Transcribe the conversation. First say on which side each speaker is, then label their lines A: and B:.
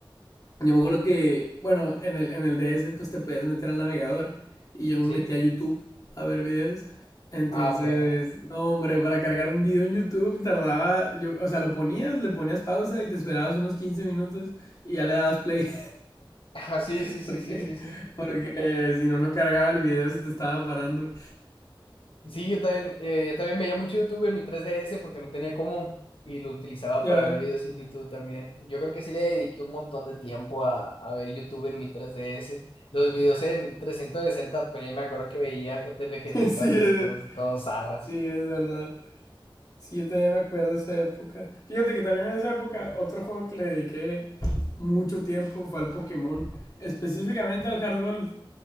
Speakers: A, on the left; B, on the left.
A: Yo me acuerdo que, bueno, en el, en el DS pues te podías meter al navegador y yo me
B: sí.
A: metí a YouTube a ver videos. Entonces,
B: Ah, ok, ajá.
A: no, hombre, para cargar un video en YouTube tardaba, yo, o sea, lo ponías, le ponías pausa y te esperabas unos 15 minutos y ya le dabas play
B: <laughs> Ajá, sí,
A: <laughs>
B: sí, sí,
A: porque,
B: sí, sí, sí.
A: porque si no, no cargaba el video, se te estaba parando.
B: Sí, yo también, eh, yo también veía mucho YouTube en mi tres D S porque no tenía cómo y lo utilizaba
A: Ya,
B: para ver videos en YouTube también. Yo creo que sí le dediqué un montón de tiempo a, a ver YouTube en mi tres D S Los videos en trescientos sesenta p me acuerdo que veía de
A: <laughs>
B: Vegetita
A: sí,
B: así,
A: es-
B: todos, todos zarras.
A: sí, es verdad. Sí, yo también me acuerdo de esa época. Fíjate que también en esa época otro juego que le dediqué mucho tiempo fue al Pokémon. Específicamente al Hard Gold.